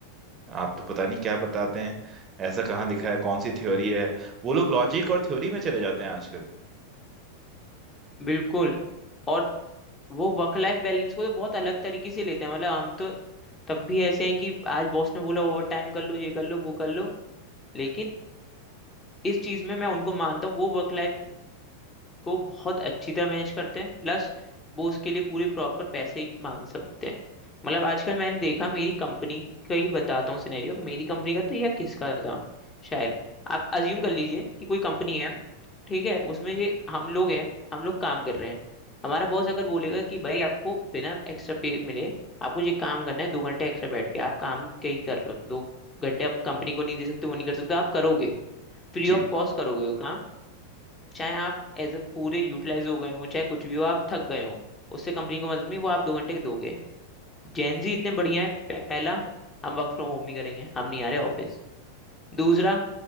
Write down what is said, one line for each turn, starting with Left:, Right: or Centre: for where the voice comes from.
Right: आप तो पता नहीं क्या बताते हैं ऐसा कहाँ लिखा है कौन सी थ्योरी है वो लोग लॉजिक और थ्योरी में चले जाते हैं आजकल
Left: बिल्कुल और वो वर्क लाइफ बैलेंस को तो बहुत अलग तरीके से लेते हैं मतलब हम तो तब भी ऐसे हैं कि आज बॉस ने बोला ओवर टाइम कर लो ये कर लो वो कर लो लेकिन इस चीज में मैं उनको मानता हूँ वो वर्क लाइफ को बहुत अच्छी तरह मैनेज करते हैं प्लस वो उसके लिए पूरे प्रॉपर पैसे मांग सकते हैं मतलब आजकल मैंने देखा मेरी कंपनी का ही बताता हूँ सिनेरियो मेरी कंपनी का था या किसका था शायद आप अज्यूम कर लीजिए कि कोई कंपनी है ठीक है उसमें ये हम लोग हैं हम लोग काम कर रहे हैं हमारा बॉस अगर बोलेगा कि भाई आपको बिना एक्स्ट्रा पे मिले आपको ये काम करना है दो घंटे एक्स्ट्रा बैठ के आप काम क्या ही कर रहे हो दो घंटे आप कंपनी को नहीं दे सकते वो नहीं कर सकते आप करोगे फ्री
Right: जी
Left: ऑफ कॉस्ट करोगे वो काम चाहे आप एज अ पूरे यूटिलाइज हो गए हो चाहे कुछ भी हो आप थक गए हो उससे कंपनी को मतलब नहीं वो आप दो घंटे के दोगे जेनजी इतने बढ़िया है पहला हम वर्क फ्रॉम होम ही करेंगे हम नहीं आ रहे ऑफिस दूसरा